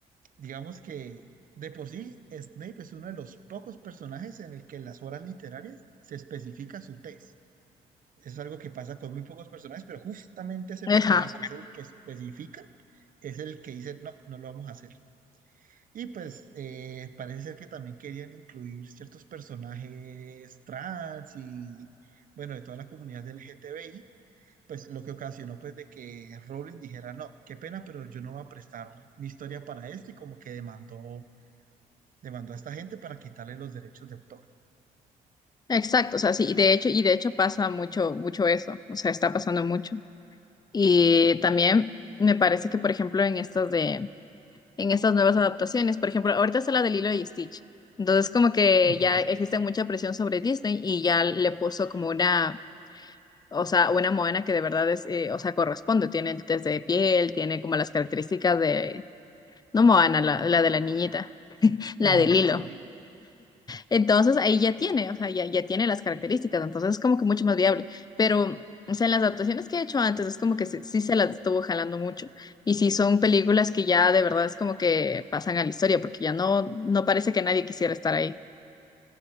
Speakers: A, on the right; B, on the left.
A: digamos que de por sí Snape es uno de los pocos personajes en el que en las obras literarias se especifica su tez. es algo que pasa con muy pocos personajes, pero justamente ese
B: Ajá,
A: personaje que es el que especifica, es el que dice, no, no lo vamos a hacer. Y pues eh, parece ser que también querían incluir ciertos personajes trans y, bueno, de toda la comunidad del L g t LGTBI, pues lo que ocasionó pues de que Rowling dijera, no, qué pena, pero yo no voy a prestar mi historia para esto y como que demandó, demandó a esta gente para quitarle los derechos de autor.
B: exacto, o sea, sí, y de
A: Entonces,
B: hecho, y de hecho pasa mucho, mucho eso, o sea, está pasando mucho. Y también me parece que, por ejemplo, en estas de, en estas nuevas adaptaciones, por ejemplo, ahorita está la de Lilo y Stitch, entonces como que
A: ujú,
B: ya existe mucha presión sobre Disney y ya le puso como una O sea, una Moana que de verdad es, eh, o sea, corresponde. Tiene el test de piel, tiene como las características de, no Moana, la, la de la niñita, la
A: ujú,
B: de Lilo.
A: sí,
B: Entonces ahí ya tiene, o sea, ya, ya tiene las características, entonces es como que mucho más viable. Pero, o sea, en las adaptaciones que he hecho antes es como que sí, sí se las estuvo jalando mucho. Y sí son películas que ya de verdad es como que pasan a la historia, porque ya no, no parece que nadie quisiera estar ahí,